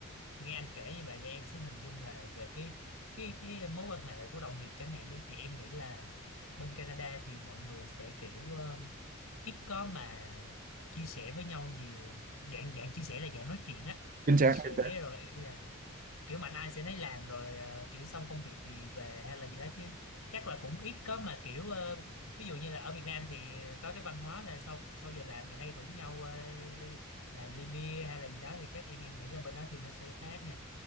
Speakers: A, on the left (about 80°); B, on the right (about 40°).
A: nghe anh kể như vậy thì em sẽ hình dung là về cái cái cái mối quan hệ của đồng nghiệp chẳng hạn đi thì em nghĩ là bên Canada thì mọi người sẽ kiểu ờ, ít có mà chia sẻ với nhau nhiều dạng dạng chia sẻ là dạng nói chuyện á
B: chính
A: chia
B: xác
A: sẻ
B: chính xác.
A: rồi ý là kiểu mạnh ai sẽ nấy làm rồi ờ, kiểu xong công việc thì về hay là gì đó chứ chắc là cũng ít có mà kiểu ờ, ví dụ như là ở Việt Nam thì có cái văn hóa là sau sau giờ làm thì hay rủ nhau ờ, ly, làm ly bia hay là gì đó thì chắc em em nghĩ là bên đó thì nó sẽ khác nha